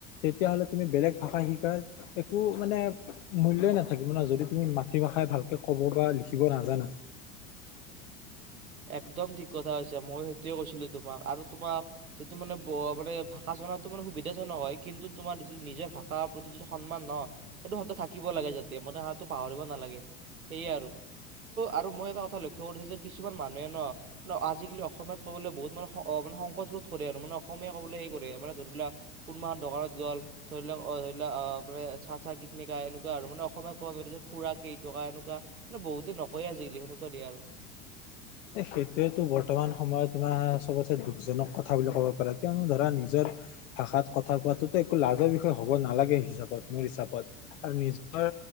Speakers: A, on the left; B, on the right.
A: তেতিয়াহ'লে তুমি বেলেগ ভাষা শিকাৰ একো মানে মূল্যই নাথাকিব ন যদি তুমি মাতৃভাষাই ভালকে কব বা লিখিব নাজানা।
B: একদম ঠিক কথা হৈছে মই সেইটোয়ে কৈছিলো তোমাক আৰু তোমাক সেইটো মানে মানে ভাষা জনাতো মানে সুবিধাজনক হয় কিন্তু তোমাৰ যিটো নিজৰ ভাষাৰ প্ৰতি যিটো সন্মান নহ সেইটো সদায় থাকিব লাগে যাতে মানে সটো পাহৰিব নালাগে সেয়ে আৰু মই এটা কথা লক্ষ্য কৰিছো যে কিছুমান মানুহে ন আজিকালি অসমীয়াত ক'বলৈ বহুত মানে মানে সংকচ বোধ কৰে আৰু মানে অসমীয়া ক'বলৈ সেই কৰে মান ধৰি লওক কোনোবা এখন দোকানত গ'ল ধৰি লও ধৰি লোৱা আহ মানে চাহ চাহ কীটনিকা এনেকুৱা আৰু মানে অসমীয়াত ক'ব ধ যে খুৰা কেইটকা এনেকুৱা মানে বহুতে নকয় আজিকালি সেনেকুৱা দিয়ে আৰু।
A: এ সেইটোয়েতো বৰ্তমান সময়ত তোমাৰ চবতে দুখজনক কথা বুলি কব পাৰা কিয়নো ধৰা নিজৰ ভাষাত কথা কোৱাাতোতো একো লাজৰ বিষয় হব নালাগে হিচাপত মোৰ হিচাপত আৰু নিজৰ